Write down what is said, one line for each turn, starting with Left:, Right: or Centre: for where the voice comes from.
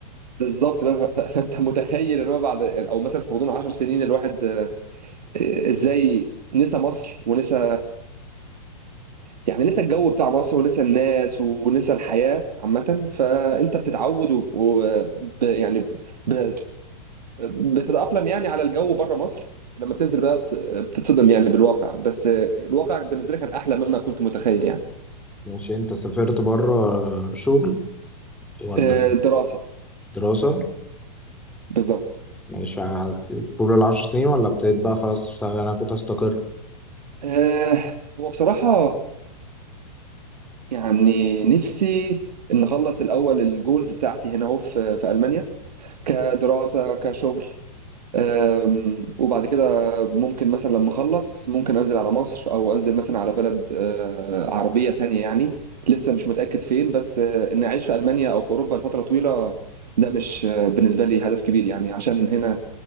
Right: بالظبط بقى <laughs> ف- فانت متخيل ان هو بعد يعني او مثلا في غضون 10 سنين الواحد آه، ازاي نسى مصر ونسى يعني نسى الجو بتاع مصر ونسى الناس ونسى الحياه عامه فانت بتتعود و... و... ب... يعني ب... بتتاقلم يعني على الجو بره مصر لما بتنزل بقى بت... بتتصدم يعني بالواقع بس آه، الواقع بالنسبه لي كان احلى مما كنت متخيل يعني
Centre: ماشي انت سافرت بره شغل ولا
Right: آه، دراسه
Centre: دراسة
Right: بالظبط
Centre: ماشي ع- طول العشر سنين ولا ابتديت بقى خلاص تشتغل انا كنت هستقر
Right: آه هو بصراحة يعني نفسي إن أخلص الأول الجولز بتاعتي هنا أهو في في ألمانيا كدراسة كشغل آم، وبعد كده ممكن مثلا لما أخلص ممكن أنزل على مصر أو أنزل مثلا على بلد آه، عربية تانية يعني لسه مش متأكد فين بس آه، إن أعيش في ألمانيا أو في أوروبا لفترة طويلة ده مش آه، بالنسبة لي هدف كبير يعني عشان هنا